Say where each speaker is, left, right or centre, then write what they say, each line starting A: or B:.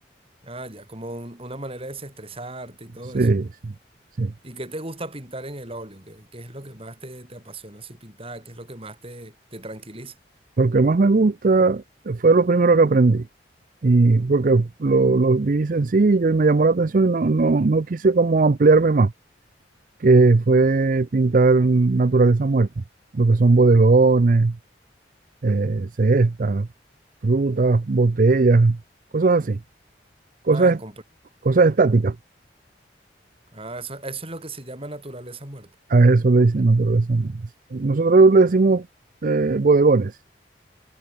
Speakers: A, on the right; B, on the right.
A: Ah, ya, como un- una manera de desestresarte y todo
B: Sí,
A: eso.
B: sí, sí.
A: ¿Y qué te gusta pintar en el óleo? ¿Qué, qué es lo que más te, te apasiona así pintar? ¿Qué es lo que más te, te tranquiliza?
B: Lo que más me gusta fue lo primero que aprendí. Y porque lo, lo vi sencillo y me llamó la atención y no, no, no quise como ampliarme más, que fue pintar naturaleza muerta, lo que son bodegones, eh, cestas, frutas, botellas, cosas así, cosas,
A: Ah, comprendo.
B: cosas estáticas.
A: Ah, eso, eso es lo que se llama naturaleza muerta.
B: A eso le dicen naturaleza muerta. Nosotros le decimos eh, bodegones.